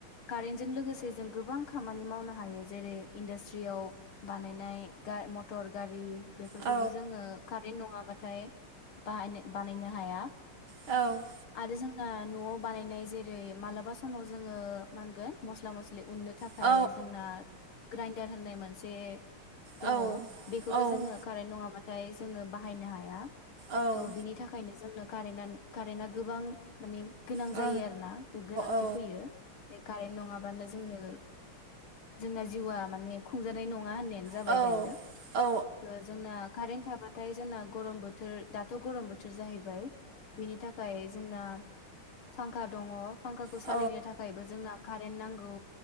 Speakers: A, on the left; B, on the right.
A: कारेन्टजों लोगोसे जों गोबां खामानि मावनो हायो जेरै इन्डास्ट्रियाव बानायनाय गा मटर गारि बेफोरखौबो
B: औ
A: जोङो कारेन्ट नङाबाथाय बाहानो बानायनो हाया।
B: औ
A: आरो जों ना न आव बानायनाय जेरै मालाबा समाव जोङो मागोन मस्ला म नो उनो थाखाय
B: औ
A: जोंना ग्रायन <unintelligible> होननाय मोनसे दङ
B: औ
A: बेखौबो
B: ओं
A: जोङो कारेन्ट नङाबा थाय जोङो बाहायनो हाया
B: औ ओम
A: थह बिनि थाखायनो जोंनो कारेना कारेना गोबां माने गोनां
B: औ
A: जायो आरोना दा गोनांथि
B: औ
A: फैयो कारेट नङाबा जों नो जोंना जिउआ मान खुंजानाय नङा नोंथाङा होनाययानो जाबाय
B: औ
A: दायो
B: औ
A: ओ जों कारेनट थाबाथाय जोंना गरम बोथोर दाथ गरम बोथोर जाहैबाय बाय बिनि थाखाय जोंना फांखा दङ फांखाखौ
B: औ
A: सालायनो थाख जोंना कारेन्ट नांगौ